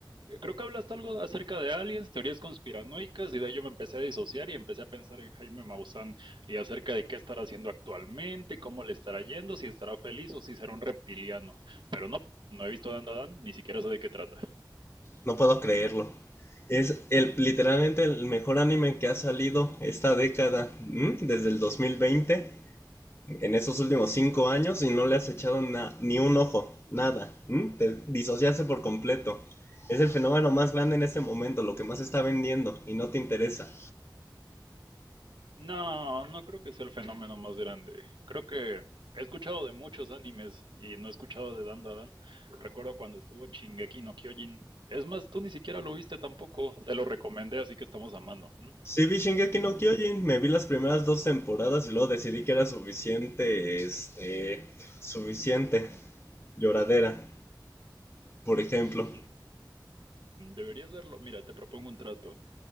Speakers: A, on the right; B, on the left.
A: Eh, Creo que hablaste algo acerca de aliens, teorías conspiranoicas, y de ahí yo me empecé a disociar y empecé a pensar en Jaime Maussan y acerca de qué estará haciendo actualmente, cómo le estará yendo, si estará feliz o si será un reptiliano. Pero no, no he visto Dan Dan, ni siquiera sé de qué trata.
B: No puedo creerlo. Es el, literalmente el mejor anime que ha salido esta década, ¿m? desde el 2020. en esos últimos cinco años y no le has echado na- ni un ojo, nada. ¿m? Te disociaste por completo. Es el fenómeno más grande en este momento, lo que más está vendiendo y no te interesa.
A: No, no creo que sea el fenómeno más grande. Creo que he escuchado de muchos animes y no he escuchado de Dandadan. Recuerdo cuando estuvo Shingeki no Kyojin. Es más, tú ni siquiera lo viste tampoco. Te lo recomendé, así que estamos a mano. ¿m?
B: Sí vi Shingeki
A: No.
B: no Kyojin, me vi las primeras dos temporadas y luego decidí que era suficiente, este, suficiente lloradera, por ejemplo.
A: <laughs> Deberías verlo. Mira, te propongo un trato.